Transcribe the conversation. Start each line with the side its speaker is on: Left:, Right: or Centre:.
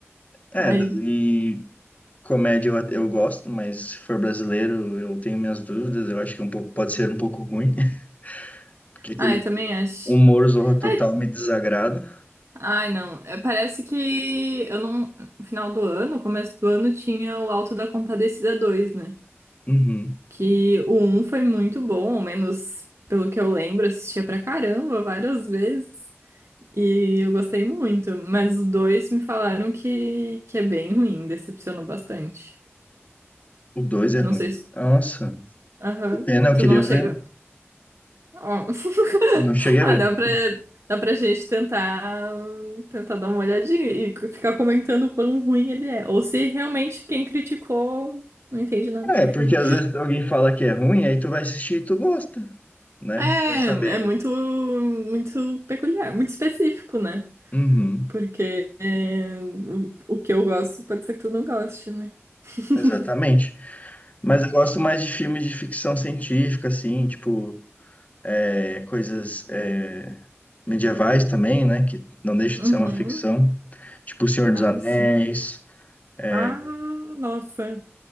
Left: É,
Right: Ai,
Left: daí comédia eu, eu gosto, mas se for brasileiro eu tenho minhas dúvidas, eu acho que é um pouco, pode ser um pouco ruim, <laughs> porque aquele
Right: ai, eu também acho.
Left: humor Zorra Total me
Right: É,
Left: desagrada.
Right: Ai, não. É, parece que eu não. no Final do ano, começo do ano, tinha o Alto da Compadecida dois né?
Left: Uhum.
Right: Que o um foi muito bom, ao menos pelo que eu lembro, assistia pra caramba várias vezes. E eu gostei muito. Mas o 2 me falaram que, que é bem ruim, decepcionou bastante.
Left: O 2 é
Right: Não
Left: ruim.
Right: sei se.
Left: Nossa,
Right: Aham.
Left: que pena, eu
Right: Tu
Left: queria
Right: não chegou.
Left: ver.
Right: Ó. <laughs>
Left: Não cheguei
Right: Ah,
Left: a ver.
Right: dá pra, dá pra gente tentar, tentar dar uma olhadinha e c- ficar comentando o quão ruim ele é. Ou se realmente quem criticou não entende nada
Left: É,
Right: de filme.
Left: porque às vezes alguém fala que é ruim, aí tu vai assistir e tu gosta, né?
Right: É,
Left: Vai saber.
Right: é muito, muito peculiar, muito específico, né?
Left: Uhum.
Right: Porque é, o, o que eu gosto pode ser que tu não goste, né? <laughs>
Left: Exatamente. Mas eu gosto mais de filmes de ficção científica, assim, tipo, é, coisas é, medievais também, né? Que não deixa
Right: Uhum.
Left: de ser uma ficção. Tipo O Senhor dos
Right: Ai,
Left: Anéis,
Right: sim.
Left: é,
Right: Ah, nossa,